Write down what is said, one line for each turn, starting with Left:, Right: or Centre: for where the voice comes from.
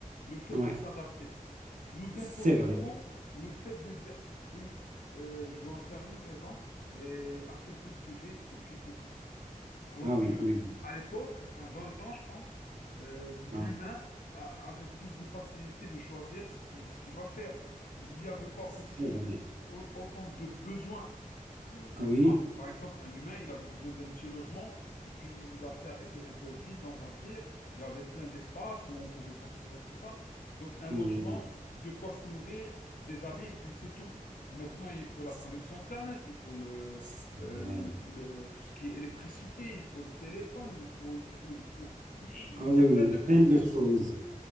Left: le fait
Right: a- ouais,
Left: de s'adapter, nous
Right: c'est
Left: impose
Right: vrai.
Left: trop le fait de dire oui, euh, je dois en faire une raison et accepter ce que j'ai et puis c'est tout. Alors
Right: Ah oui,
Left: que
Right: oui, oui.
Left: à l'époque, enfin dans le temps, je pense, euh, l'humain
Right: Ah,
Left: a- avait plus de facilité de choisir ce qui, ce qu'il va faire. Il n'y avait pas
Right: c'est
Left: aussi
Right: vrai.
Left: au- autant de besoins euh,
Right: Ah
Left: maintenant,
Right: oui,
Left: par exemple, un humain, il avait besoin d'un petit logement, et puis la terre était un peu vide, on va dire. Il y avait plein d'espace où on pouvait construire tout ça. Donc, un
Right: oui,
Left: logement, de quoi se nourrir, des habits, et puis c'est tout. Maintenant, il faut la
Right: c'est
Left: connexion Internet, il faut le,
Right: c'est
Left: euh,
Right: vrai.
Left: le- tout ce qui est électricité, il faut le téléphone, il faut, il faut, il faut. Il, il
Right: Ah oui,
Left: y a plein
Right: oui, oui,
Left: de contraintes.
Right: plein de choses.